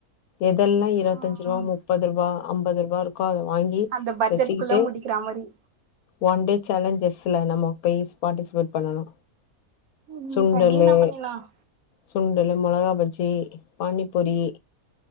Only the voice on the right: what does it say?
ம்
அந்த பட்ஜெட்குள்ள
முடிக்கிற மாரி
ம் ம்
பண்ணிர்லாம் பண்ணிர்லாம்